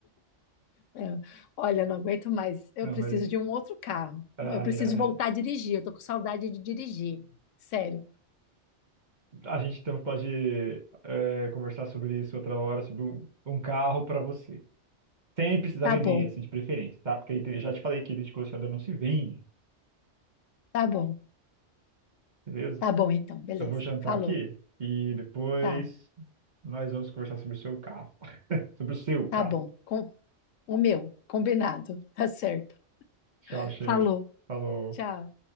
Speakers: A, on the left; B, on the right.
A: É, olha, eu não aguento mais, eu
B: Não,
A: preciso
B: mas.
A: de um outro carro.
B: Ai,
A: Eu preciso
B: ai.
A: voltar a dirigir, eu tô com saudade de dirigir. Sério.
B: A gente então pode é, conversar sobre isso outra hora, sobre um, um carro para você. Sem precisar
A: Tá
B: vender
A: bom,
B: esse, de preferência, tá? Porque aí tem- já te falei que item de colecionador não se vende,
A: tá bom,
B: beleza?
A: tá bom então, beleza.
B: Eu vou jantar
A: Falou,
B: aqui e depois
A: tá,
B: nós vamos conversar sobre o seu carro. <laughs> Sobre o seu carro.
A: tá bom. Com, o meu, combinado, tá certo.
B: Tchau, Sheila.
A: Falou,
B: Falou.
A: tchau.